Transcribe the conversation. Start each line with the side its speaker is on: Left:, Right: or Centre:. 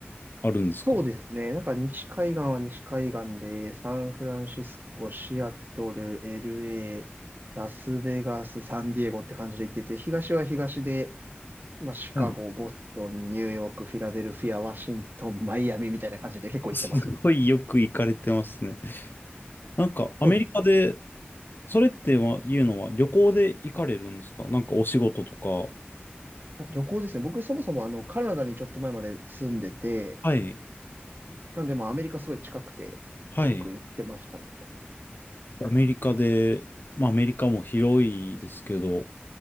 Left: あるんですか
Right: そうですね。なんか西海岸は西海岸で、サンフランシスコ、シアトル、LA、ラスベガス、サンディエゴって感じで行ってて、東は東で、まあシカゴ、
Left: うん
Right: ボストン、ニューヨーク、フィラデルフィア、ワシントン、マイアミみたいな感じで結構行ってますね。
Left: すごいよく行かれてますね。なんか、アメリカで、
Right: そうです
Left: それってはいうのは、旅行で行かれるんですかなんかお仕事とか。
Right: あ旅行ですね。僕、そもそもあの、カナダにちょっと前まで住んでて、
Left: はい、
Right: なんで、まあ、アメリカすごい近くて、
Left: はい。
Right: よく行ってましたね。
Left: アメリカで、まあ、アメリカも広いですけど、